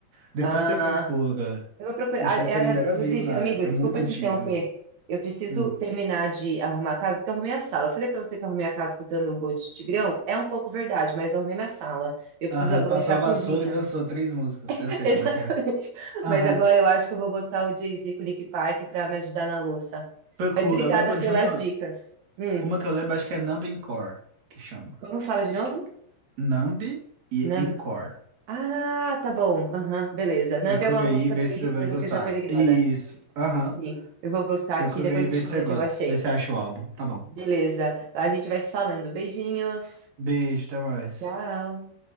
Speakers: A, on the right; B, on the right.
A: Depois
B: Ah.
A: você procura.
B: Eu vou procurar.
A: O Chester
B: a- Aliás,
A: ainda era
B: inclusive,
A: vivo na
B: amigo,
A: época,
B: desculpa
A: é muito antigo.
B: te interromper. Eu preciso
A: Hum.
B: terminar de arrumar a casa, porque eu arrumei a sala. Eu falei pra você que eu arrumei a casa escutando o Bom de Tigrão. É um pouco verdade, mas eu arrumei minha sala. Eu preciso
A: Aham,
B: agora
A: passou
B: ir pra
A: a vassoura
B: cozinha.
A: e dançou três músicas.
B: <laughs>
A: Eu sei
B: Exatamente.
A: como é que é. Aham.
B: Mas agora eu acho que eu vou botar o Jay-Z com o Nick Park pra me ajudar na louça.
A: Procura,
B: Mas obrigada
A: eu lembro
B: pelas
A: de uma.
B: dicas. Hum,
A: Uma que eu lembro, acho que é Numb Encore, que chama.
B: como fala de novo?
A: Que- Numb e
B: Nambi.
A: Encore.
B: Ah, tá bom. Aham, beleza. Nambi
A: Procura
B: é uma música
A: aí e vê
B: do Nick
A: se você vai
B: Park
A: gostar.
B: que eu já tô ligada.
A: Isso. Aham.
B: Sim, eu vou buscar
A: Procura
B: aqui, depois
A: aí e
B: eu
A: vê
B: te
A: se
B: falo
A: você
B: o
A: gosta.
B: que eu achei.
A: Vê se acha o álbum. Tá bom.
B: Beleza. A gente vai se falando. Beijinhos.
A: Beijo, até mais.
B: Tchau.